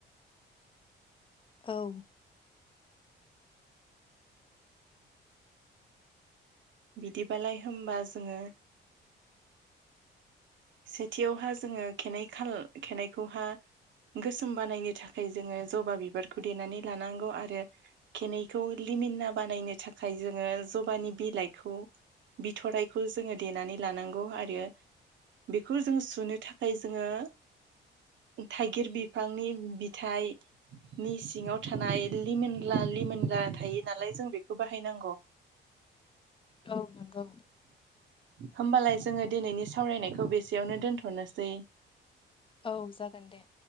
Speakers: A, on the left; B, on the right.
A: औ
B: बिदिबालाय होनोमबा जोंङो सेथियावहा जोंङो खाइनै खा खनायाइखौहा गोसोम बानायनो थाखाय जोंङो जबा बिबारखौ देनानै लानांगौ आरो खेनैखौ लिमिनना बानायनो थाखाय जोंङो जबानि बिलाइखौ बिथररायखौ जोंङो देनानै लानांगौ आरो बेखौ जों सुनो थाखाय जोंङो थाइगिर बिफांनि बिथाइ नि सिंङाव थानाय लिमोनला लिमोनला थायो नालाय जों बेखौ बाहायनांगौ।
A: औ नंगौ।
B: होमबालाय जोंङो दिनैनि सावरायनायखौ बेसेयावनो दोनथ'नोसै।
A: औ जागोन दे।